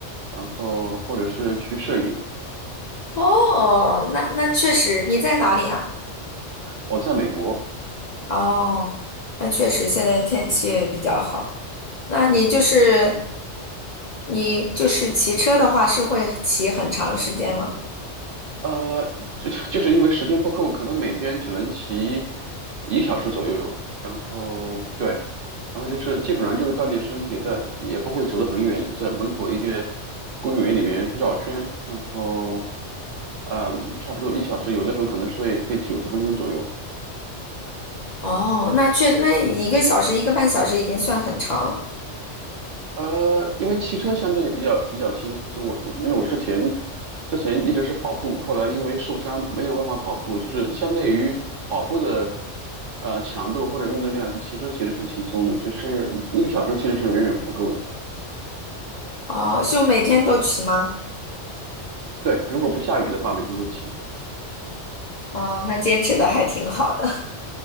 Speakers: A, on the right; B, on the left.
A: 然后或者是去摄影。
B: 哦，那那确实，你在哪里呀？
A: 我在美国，
B: 哦，那确实现在天气也比较好。那你就是你就是骑车的话，是会骑很长时间吗？
A: 呃，就 <laughs> 就是因为时间不够，可能每天只能骑一个小时左右。然后对，然后就是基本上就是锻炼身体在，也不会走得很远，就是在门口一个公园里面绕圈，然后呃，差不多一小时，有的时候可能是会会九十分钟左右。
B: 哦，那确那一个小时一个半小时已经算很长了。
A: 呃，因为骑车相对比较比较轻松，我我因为我之前之前一直是跑步，后来因为受伤没有办法跑步，就是相对于跑步的呃强度或者用的量，骑车其实很轻松的，就是一个小时其实是远远不够的。
B: 哦，就每天都骑吗？
A: 对，如果不下雨的话，每天都骑。
B: 哦，那坚持的还挺好的。